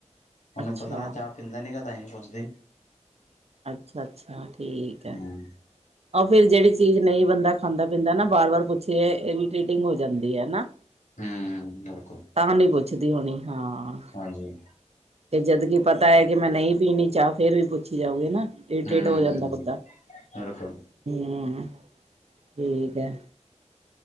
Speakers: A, on the left (about 80°); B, on the right (about 55°).
A: ਉਹਨੂੰ
B: ਅੱਛਾ
A: ਪਤਾ ਮੈਂ ਚਾਹ ਪੀਂਦਾ ਨੀ, ਤਾਂ ਨਹੀਂ ਪੁੱਛਦੀ
B: ਅੱਛਾ- ਅੱਛਾ, ਠੀਕ ਹੈ
A: ਹੂੰ
B: ਉਹ ਫਿਰ ਜਿਹੜੀ ਚੀਜ਼ ਨਹੀਂ ਬੰਦਾ ਖਾਂਦਾ ਪੀਂਦਾ ਨਾ, ਬਾਰ ਵਾਰ ਪੁੱਛੀਏ, ਇਰੀਟੇਟਿੰਗ ਹੋ ਜਾਂਦੀ ਹੈ ਨਾ
A: ਹਮ, ਬਿਲਕੁਲ
B: ਤਾਂ ਨਹੀ ਪੁੱਛਦੀ ਹੋਣੀ, ਹਾਂ
A: ਹਾਂਜੀ
B: ਤੇ ਜਦਕਿ ਪਤਾ ਹੈ ਕਿ ਮੈਂ ਨਹੀਂ ਪੀਣੀ ਚਾਹ, ਫੇਰ ਵੀ ਪੁੱਛੀ ਜਾਓਗੀ ਨਾ ਇਰੀਟੇਟ
A: ਹਮ
B: ਹੋ ਜਾਂਦਾ ਬੰਦਾ,
A: ਬਿਲਕੁਲ
B: ਹਮਮ, ਠੀਕ ਹੈ